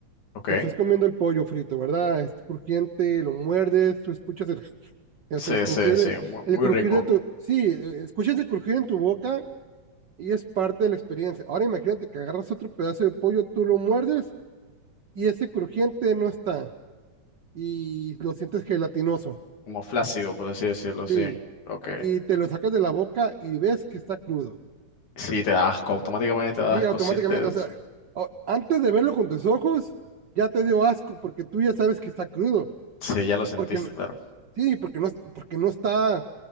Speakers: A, on the left; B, on the right.
A: ¿Ok?
B: Estás comiendo el pollo frito, ¿verdad? Es crujiente, lo muerdes, tú escuchas el, o
A: Sí,
B: sea, el crujir
A: sí, sí,
B: de,
A: muy,
B: el
A: muy
B: crujir
A: rico,
B: de tu, sí, e, escuchas el crujir en tu boca y es parte de la experiencia. Ahora imagínate que agarras otro pedazo de pollo, tú lo muerdes y ese crujiente no está y lo sientes gelatinoso.
A: como flácido, por así decirlo, sí.
B: Sí,
A: Ok.
B: y te lo sacas de la boca y ves que está crudo.
A: Sí, te da asco, automáticamente te da
B: Y
A: asco,
B: automáticamente,
A: sientes...
B: o sea, o- antes de verlo con tus ojos, ya te dio asco porque tú ya sabes que está crudo.
A: Sí, ya lo sentiste,
B: Porque no-
A: claro.
B: sí, porque no, porque no está,